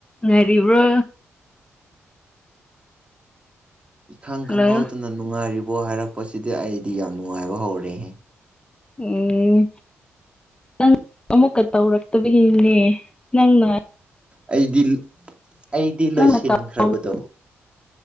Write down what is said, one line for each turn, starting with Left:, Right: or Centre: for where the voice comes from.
Left: ꯉꯥꯏꯔꯤꯕ꯭ꯔꯣ
Right: ꯏꯈꯪ ꯈꯪꯍꯧꯗꯅ
Left: ꯍꯜꯂꯣ
Right: ꯅꯨꯡꯉꯥꯏꯔꯤꯕꯣ ꯍꯥꯏꯔꯛꯄꯁꯤꯗꯤ ꯑꯩꯗꯤ ꯌꯥꯝ ꯅꯨꯡꯉꯥꯏꯕ ꯍꯧꯔꯦ
Left: ꯎꯝ ꯅꯪ ꯑꯃꯨꯛꯀ ꯇꯧꯔꯛꯇꯕꯒꯤꯅꯦ ꯅꯪꯅ
Right: ꯑꯩꯗꯤ ꯑꯩꯗꯤ
Left: ꯅꯪꯅ
Right: ꯂꯣꯏꯁꯤꯟꯈ꯭ꯔꯕꯗꯣ
Left: ꯀꯥꯎ